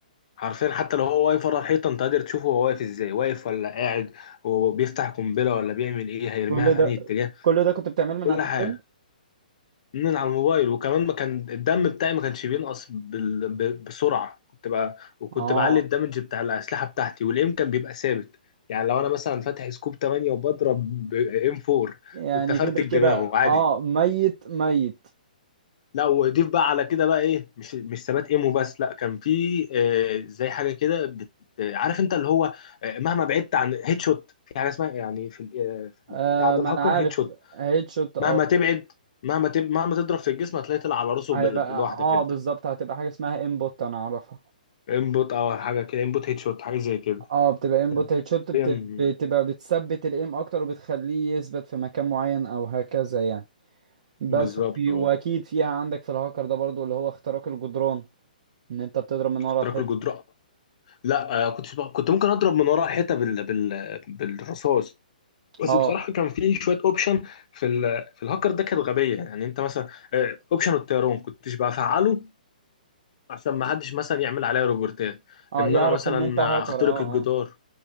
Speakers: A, on the left; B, on the right.
A: حرفيا حتى لو هو واقف ورا الحيطه انت قادر تشوفه هو واقف ازاي واقف ولا قاعد وبيفتح قنبله ولا بيعمل ايه هيرميها
B: كل
A: في
B: ده
A: انهي اتجاه
B: كل ده كنت بتعمله من
A: كل
B: على التليفون
A: حاجه من على الموبايل وكمان ما كان الدم بتاعي ما كانش بينقص بال... ب... بسرعه كنت بقى وكنت
B: اه
A: بعلي الدمج بتاع الاسلحه بتاعتي والايم كان بيبقى ثابت يعني لو انا مثلا فاتح سكوب 8 وبضرب ب ام 4
B: يعني
A: كنت افرتك
B: كده
A: دماغه
B: كده اه
A: عادي
B: ميت ميت
A: لا وضيف بقى على كده بقى ايه مش مش ثبات ايم وبس لا كان في آه زي حاجه كده بت... آه، عارف انت اللي هو آه مهما بعدت عن هيد شوت في حاجه اسمها يعني في ال- آه، في
B: آه
A: بتاع ده
B: ما
A: الهاكر
B: انا عارف
A: هيد شوت
B: هيد شوت اه
A: مهما تبعد مهما تب... مهما تضرب في الجسم هتلاقي طلع على راسه
B: هيبقى
A: بال- لوحدك
B: اه
A: انت
B: بالظبط هتبقى حاجة اسمها انبوت انا اعرفها
A: انبوت او حاجه كده انبوت هيد شوت حاجه زي كده
B: اه بتبقى انبوت
A: كانت
B: هيدشوت بت...
A: بين-
B: بتبقى بتثبت الايم اكتر وبتخليه يثبت في مكان معين او هكذا يعني بس
A: بالظبط
B: وفي
A: اه
B: واكيد فيها عندك في الهاكر ده برضو اللي هو اختراق الجدران ان انت بتضرب من ورا
A: اختراق
B: الحيط
A: الجدران لا آه، كنت بقى- كنت ممكن اضرب من ورا الحيطه بال... بال... بالرصاص بس
B: اه
A: بصراحه كان في شويه اوبشن في ال... في الهاكر ده كانت غبيه يعني انت مثلا اوبشن الطيران كنتش بفعله عشان ما حدش مثلا يعمل عليا روبورتات
B: اه
A: ان
B: يعرف
A: انا مثلا
B: ان انت هاكر
A: اخترق
B: اه
A: الجدار
B: اه